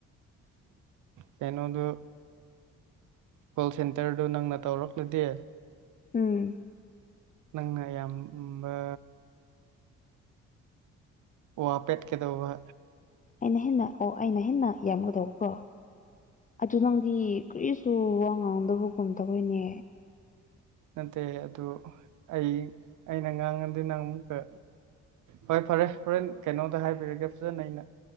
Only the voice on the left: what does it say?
ꯎꯝ
ꯑꯩꯅ ꯍꯦꯟꯅ ꯑꯣ ꯑꯩꯅ ꯍꯦꯟꯅ ꯌꯥꯝꯒꯗꯧꯕ꯭ꯔꯣ ꯑꯗꯨ ꯅꯪꯗꯤ ꯀꯔꯤꯁꯨ ꯋꯥ ꯉꯥꯡꯗꯕꯒꯨꯝ ꯇꯧꯋꯦꯅꯦ